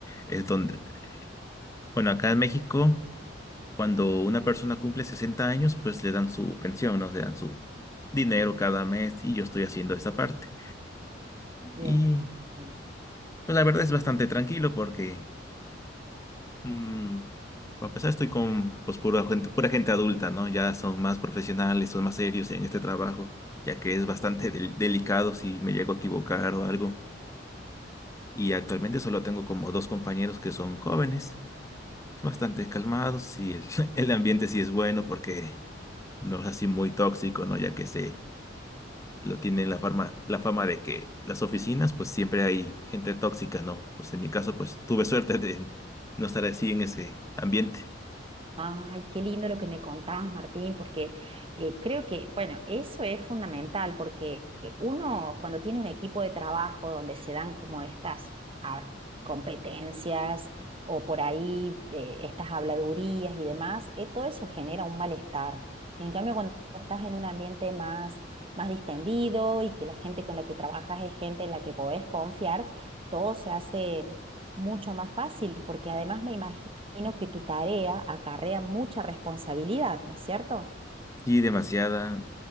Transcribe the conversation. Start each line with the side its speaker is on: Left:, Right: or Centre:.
Left: es donde, bueno, acá en México. Cuando una persona cumple 60 años, pues le dan su pensión, ¿no? Le dan su dinero cada mes y yo estoy haciendo esa parte.
Right: Bien,
Left: Y
Right: bien.
Left: pues la verdad es bastante tranquilo porque, mm, a pesar estoy con pues pura gente, pura gente adulta, ¿no? Ya son más profesionales, son más serios en este trabajo, ya que es bastante del- delicado si me llego a equivocar o algo. Y actualmente solo tengo como dos compañeros que son jóvenes, son bastante calmados y el, <laughs> el ambiente sí es bueno porque no es así muy tóxico, ¿no? Ya que se lo tiene la fama, la fama de que las oficinas, pues siempre hay gente tóxica, ¿no? Pues en mi caso, pues tuve suerte de no estar así en ese ambiente.
Right: Ay, qué lindo lo que me contabas, Martín, porque eh, creo que, bueno, eso es fundamental, porque eh, uno cuando tiene un equipo de trabajo donde se dan como estas ah, competencias o por ahí eh, estas habladurías y demás, eh, todo eso genera un malestar. En cambio, cuando estás en un ambiente más, más distendido y que la gente con la que trabajas es gente en la que podés confiar, todo se hace mucho más fácil, porque además me imagino imagino que tu tarea acarrea mucha responsabilidad, ¿no es cierto?
Left: Sí, demasiada,